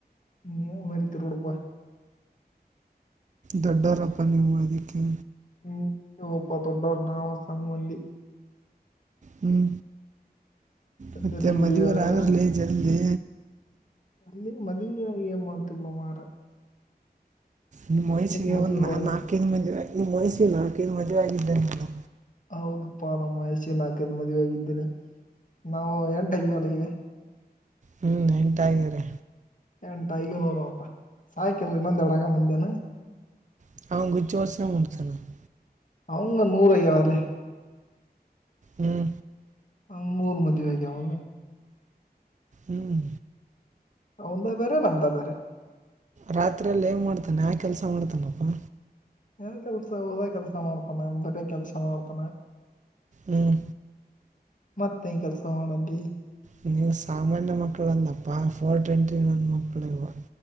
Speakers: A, on the left; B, on the right.
A: ನೀವು ಮರಿತಿರೊಡೊಪ್ಪ.
B: ದೊಡ್ಡರಪ್ಪ ನೀವು ಅದಿಕ್ಕೆ.
A: ಹ್ಮ ಹೋಪ್ಪ ದೊಡ್ಡವರು ನಾವ ಸಣ್ಣ ಮಂದಿ.
B: ಹ್ಞೂ
A: ಅದಿರ್ಲಿ
B: ಮತ್ತೆ ಮದುವೆಯಾರ
A: ಬಿಡಿ ಇವಾಗ
B: ಅಗರ್ಲೆ ಜಲ್ದಿ.
A: ಅಲ್ಲಿ ಮದುವೆ ಏನ್ ಮಾಡ್ತಿ ಬಿಡೋ ಮಾರ.
B: ನಿಮ್ಮ ವಯಸ್ಸಿಗೆ
A: ಮದ್ವಿ
B: ಒ ನಾ
A: ಒಳಗ
B: ನಾಲ್ಕೈದು ಮದುವೆ ನಿಮ್ಮ ಮಯಸ್ಸಿಗೆ ನಾಲ್ಕೈದು ಮದುವೆಗಿದ್ದ ನಾನು.
A: ಹೌದಪ್ಪಾ ನಮ್ಮ ವಯಸಿಗ್ಯ ನಾಕದ್ ಮದುವೆ ಆಗಿದ್ದೀನಿ ನಾವು ಎಂಟಗ್ಯವಲ್ಲ ಈಗ.
B: ಹ್ಮ್ ಎಂಟಾಗಿರಿ.
A: ಎಂಟಆಗಿವಿ ನೋಡುವಪ್ಪಾ ಸಾಕೀಲಾ ಇನ್ನೊಂದೆರಡ ಆಗಮಂದೇನು.
B: <unintelligible>
A: ಅವಂಗ ನೂರ ಐ್ಯ ವಲ್ಲೆ.
B: ಹ್ಮ್
A: ಹಂಗ್ ಮೂರು ಮದುವ್ಯಾಗವ ಅವಾಗ.
B: ಹ್ಮ್
A: ಅವನದ ಬ್ಯಾರೆ ನಮ್ದ ಬ್ಯಾರೆ.
B: ರಾತ್ರಿ ಎಲ್ಲ ಏನ್ ಮಾಡ್ತಾನೆ ಯಾ ಕೆಲ್ಸ ಮಾಡ್ತಾನಪ್ಪಾ.
A: ಯಾ ಕೆಲ್ಸ ಓದ ಕೆಲ್ಸ ಮಾಡ್ತಾನ ಬರೆ ಕೆಲ್ಸ ಮಾಡ್ತಾನ.
B: ಹ್ಮ್
A: ಮತ್ತೇನ್ ಕೆಲ್ಸ ಮಾಡಂದಿ.
B: ನೀವು ಸಾಮಾನ್ಯ ಮಕ್ಕಳಲ್ಲಪ್ಪಾ ಫೋರ್ ಟ್ವೆಂಟಿ ನನ್ ಮಕ್ಕಳ ನೀವು.